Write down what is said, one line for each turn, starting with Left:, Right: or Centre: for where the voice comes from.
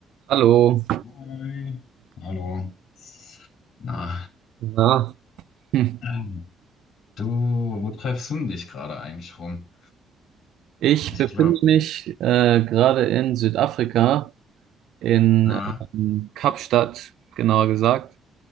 Right: Hallo,
Left: Hi. Hallo. Na,
Right: na, hm.
Left: ähm, du, wo treibst du denn dich gerade eigentlich rum?
Right: ich
Left: Ich
Right: befinde
Left: glaube,
Right: mich äh, gerade in Südafrika, in
Left: ja,
Right: ähm, Kapstadt, genauer gesagt.